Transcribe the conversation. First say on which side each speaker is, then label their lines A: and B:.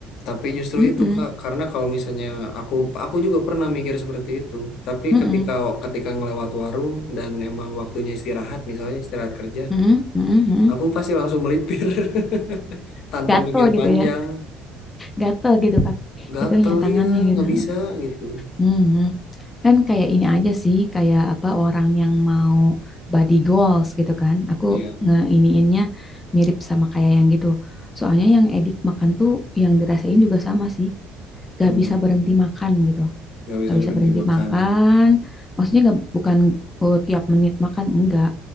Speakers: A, on the left (about 60°); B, on the left (about 20°).
A: tapi justru
B: Mm-mm,
A: itu Kak, karena kalau misalnya aku aku juga pernah mikir seperti itu. Tapi
B: mm-mm,
A: ketika ketika ngelewat warung dan emang waktunya istirahat, misalnya istirahat kerja,
B: mm-mm, mm-mm, mm-mm.
A: aku pasti langsung melipir <laughs> tanpa
B: Gatel
A: mikir
B: gitu
A: panjang.
B: ya, gatel gitu pak,
A: Gatel
B: itunya tangannya
A: ya,
B: gitu.
A: nggak bisa gitu.
B: Hmm, kan kayak ini aja sih, kayak apa orang yang mau body goals gitu kan. Aku
A: Iya,
B: ngeiniinnya mirip sama kayak yang gitu. Soalnya yang edik makan tuh yang dirasain juga sama sih,
A: hmm,
B: gak bisa berhenti makan gitu
A: nggak bisa
B: nggak bisa
A: berhenti
B: berhenti
A: makan
B: makan
A: ya.
B: maksudnya nggak bukan oh, tiap menit makan enggak